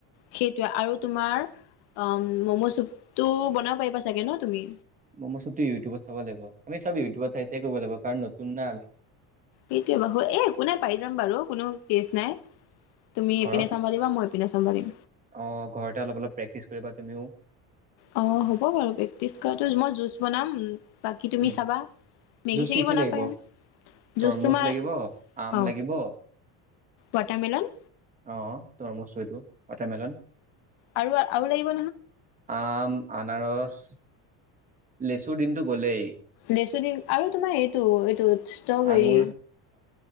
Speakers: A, on the left (about 60°); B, on the right (about 15°).
A: সেইটোৱেই আৰু তোমাৰ অ উম মম' চুপ টো বনাব পাৰিবা চাগে ন তুমি?
B: ম ম চুপ ইউটিউবত চাব লাগিব আমি চব ইউটিউবত চাই চাই কৰিব লাগিব কাৰণ নতুন ন আমি।
A: সেইটোৱে বাৰু এ একো নাই পাই যাম বাৰু কোনো কেচ নাই। তুমি এইপিনে
B: ঘৰত
A: চম্ভালিবা মই এইপিনে চম্ভালিম
B: অ ঘৰতে অলপ অলপ প্ৰেক্টিচ কৰিবা। হেল্লো
A: অ হ'ব বাৰু প্ৰেক্টিচ কৰাটো। মই জুচ বনাম বাকী তুমি
B: উম।
A: চাবা মেগী
B: জুচ
A: চেগী
B: কি কি
A: বনাব
B: লাগিব?
A: পাৰিম
B: তৰমুজ
A: জুচ তোমাৰ
B: লাগিব, আম
A: অ
B: লাগিব
A: ৱাটাৰমেলন
B: অ তৰমচটো ৱাটাৰ মেলন।
A: আৰু আৰু লাগিব
B: আম আনাৰস লেচুৰ দিনটো গ'লেই,
A: লেচু দিন আৰু তোমাৰ এইটো এইটো ষ্ট্ৰবেৰী।
B: আঙুৰ